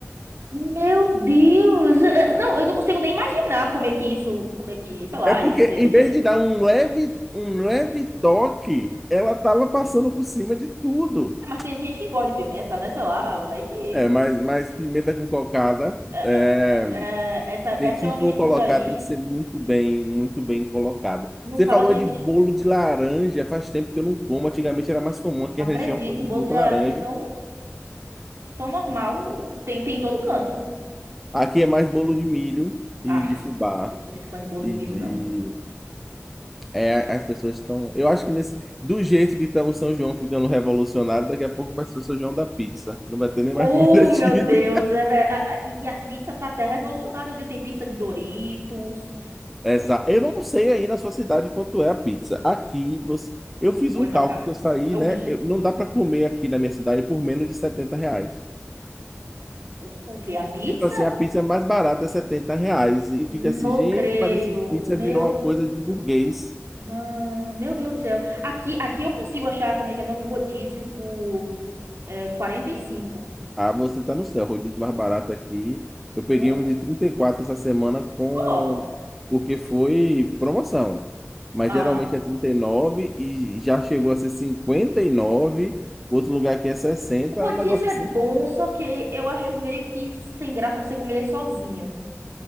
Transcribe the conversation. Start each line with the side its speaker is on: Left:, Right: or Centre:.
Right: Meu Deus. É, Não, eu não consigo nem imaginar como é que isso, como é que, sei lá,
Centre: É porque
Right: isso seria.
Centre: em vez de dar um leve um leve toque, ela tava passando por cima de tudo.
Right: É, mas tem gente que gosta de pimenta, né? Sei lá, vai que.
Centre: É, mas, mas pimenta com cocada,
Right: É,
Centre: é,
Right: é, é, é, essa, essa
Centre: Se
Right: é uma mistura
Centre: for colocar,
Right: aí.
Centre: tem que ser muito bem, muito bem colocado.
Right: Não
Centre: Você
Right: fala
Centre: falou
Right: de.
Centre: de
Right: mis-
Centre: bolo de laranja, faz tempo que eu não como. Antigamente era mais comum, aqui
Right: Não
Centre: a
Right: acredito.
Centre: região produz
Right: O bolo
Centre: muita
Right: de laranja
Centre: laranja.
Right: é tão, tão normal. Tem, tem em todo canto.
Centre: Aqui é mais bolo de milho e
Right: Ah,
Centre: de fubá.
Right: eu não sou muito fã de bolo
Centre: E
Right: de milho,
Centre: de.
Right: não.
Centre: É, as pessoas estão. Eu acho que nesse. Do jeito que está o São João ficando revolucionário, daqui a pouco vai ser o São João da pizza. Não vai ter nem
Right: Oh,
Centre: mais comida
Right: meu
Centre: <laughs> típica.
Right: Deus. É, ve- a- a- e, e as pizzas tá até revolucionada, viu? Tem pizza de Doritos.
Centre: Exa- Eu não sei aí na sua cidade quanto é a pizza. Aqui você... eu fiz
Right: O olho
Centre: um
Right: da
Centre: cálculo
Right: cara.
Centre: que eu saí,
Right: É
Centre: né?
Right: o rim.
Centre: Eu- Não dá para comer aqui na minha cidade por menos de setenta reais.
Right: O, o quê? A pizza?
Centre: Tipo assim, a pizza mais barata é 70 reais. E fica
Right: Não
Centre: assim, gente,
Right: creio.
Centre: parece que pizza
Right: Meu
Centre: virou uma coisa de burguês.
Right: Não, meu Deus do céu. Aqui, aqui eu consigo achar, como é que é o nome? Rodízio por é, 45.
Centre: Ah, você tá no céu, rodízio mais barato aqui. Eu peguei
Right: né?
Centre: um de 34 essa semana com...
Right: oh
Centre: porque foi promoção. Mas
Right: ah,
Centre: geralmente é trinta e nove e já chegou a ser 59. outro lugar aqui é 60.
Right: o rodízio
Centre: é um negócio
Right: é
Centre: assim.
Right: bom, só que eu acho meio que sem graça você comer sozinho.